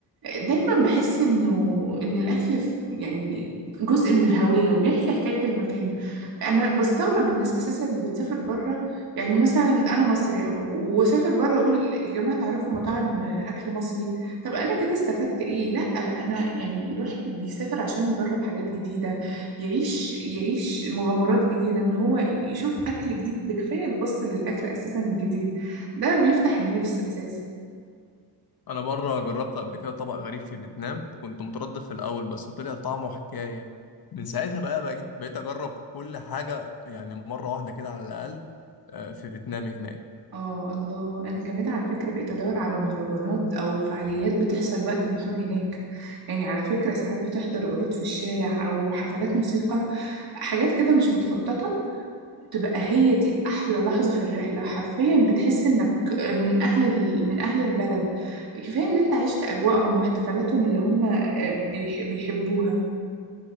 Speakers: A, on the right (about 55°); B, on the left (about 55°).
A: دايما بحس انه ان الاكل ف- يعني جزء من الهوية وبيحكي حكاية المكان انا بستغرب الناس اساسا اللي بتسافر بره يعني مثلا انا مصرية أهو، واسافر بره اقول يا جماعة تعرفوا مطاعم اكل مصري طب انا كده استفدت ايه لا انا يعني الواحد بيسافر عشان يجرب حاجات جديدة يعيش يعيش مغامرات جديدة ان هو يشوف اكل جديد ده كفاية البص للاكل اساسا الجديد ده بيفتح النفس اساسا
B: انا مره جربت قبل كده طبق غريب في فيتنام كنت متردد في الاول بس طلع طعمه حكايه من ساعتها بقى بقيت بقيت اجرب كل حاجه يعني مره واحده كده على الاقل آه، في فيتنام هناك
A: اه الله انا كمان على فكره بقيت ادور على مهرجانات او فعاليات بتحصل وقت ما اكون هناك يعني على فكره ساعات بتحضر عروض في الشارع او حفلات موسيقى حاجات كده مش متخططه تبقى هي دي احلى لحظه في الرحله حرفيا بتحس انك من اهل ال... من اهل البلد كفايه ان انت عشت اجواءهم واحتفالاتهم اللي هم آه، بيح... بيحبوها